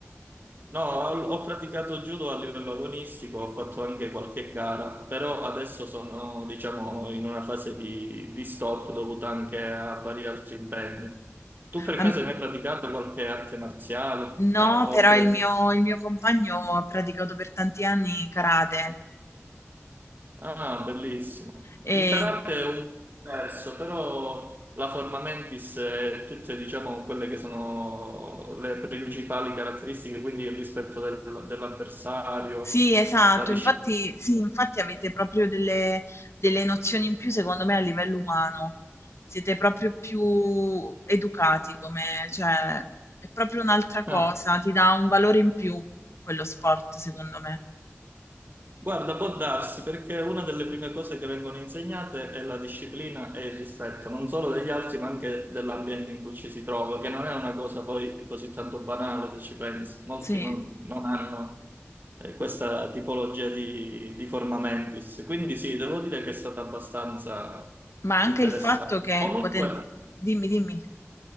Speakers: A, on the right; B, on the left.
A: no, ho, ho praticato judo a livello agonistico, ho fatto anche qualche gara, però adesso sono, diciamo, in una fase di, di stop dovuta anche a vari altri impegni. Tu per
B: A
A: caso
B: m-
A: hai mai praticato qualche arte marziale, eh,
B: No,
A: oppure...
B: però il mio, il mio compagno ha praticato per tanti anni karate.
A: Ah, bellissimo.
B: E
A: Il karate è un po' diverso, però la forma mentis e tutte, diciamo, quelle che sono le principali caratteristiche, quindi il rispetto del- dell'avversario,
B: Sì, esatto.
A: la disciplina.
B: Infatti sì, infatti avete proprio delle delle nozioni in più, secondo me, a livello umano. Siete proprio più educati come cioè, è proprio un'altra cosa,
A: Ah,
B: ti dà un valore in più quello sport, secondo me.
A: guarda, può darsi perché una delle prime cose che vengono insegnate è la disciplina e il rispetto, non solo degli altri, ma anche dell'ambiente in cui ci si trova, che non è una cosa poi così tanto banale se ci pensi. Molti
B: Sì,
A: non non hanno. eh, questa tipologia di, di forma mentis. Quindi sì, devo dire che è stata abbastanza
B: ma
A: interessante.
B: anche il fatto che
A: Comunque,
B: poten dimmi, dimmi.